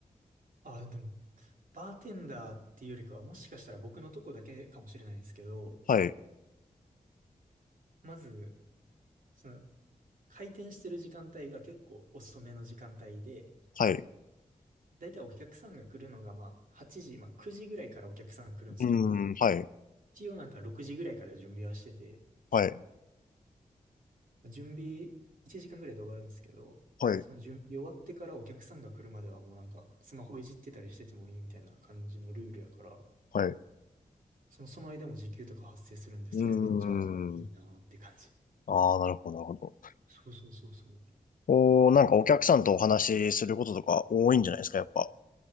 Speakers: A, on the right; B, on the left.
A: あ、でも、バーテンダーっていうよりかは、もしかしたら僕のとこだけかもしれないですけど、
B: はい、
A: まず、その、開店してる時間帯が結構遅めの時間帯で、
B: はい、う
A: だいたいお客さんが来るのが、まあ、8時、まあ、9時ぐらいからお客さんが来るんですけど、
B: ーん、はい、
A: 一応なんか6時ぐらいから準備はしてて、
B: はい、
A: 準備1時間ぐらいで終わるんですけど、
B: はい、
A: その準備終わってからお客さんが来るまではもうなんかスマホいじってたりしててもいいみたいな感じのルールやから、
B: はい、う
A: その、その間も時給とか発生するんで、
B: ーん。
A: それめっちゃいいなーって感じ。
B: ああ、なるほど、なるほど。
A: そうそうそうそう。
B: おー、なんかお客さんとお話しすることとか多いんじゃないですか、やっぱ。